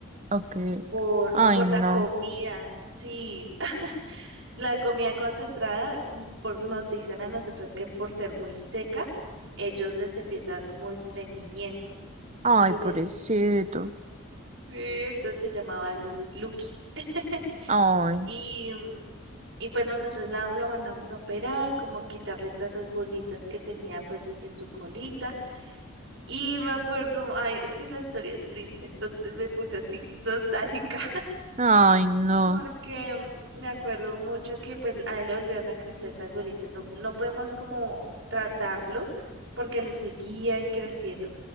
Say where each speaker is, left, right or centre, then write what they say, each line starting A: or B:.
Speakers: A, on the right; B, on the right.
A: Ok.
B: Por,
A: Ay,
B: por la
A: no.
B: comida, sí, <laughs> la comida concentrada, mm, por, nos dicen a nosotras que por ser muy seca, ellos les empieza a dar como estreñimiento.
A: Ay,
B: Tú
A: pobrecito.
B: le- Sí, entonces se llamaba Lu, Lucky. <laughs>
A: Ay,
B: Y, mm, y pues nosotros la, lo mandamos a operar, como a quitarle todas esas bolitas que tenía pues en su colita. Y me acuerdo, ay, es que la historia es triste, entonces me puse así, nostálgica.
A: ay, no.
B: porque me acuerdo mucho que pues a él le volvieron a crecer esas bolitas. No, no podemos como tratarlo porque le seguían creciendo.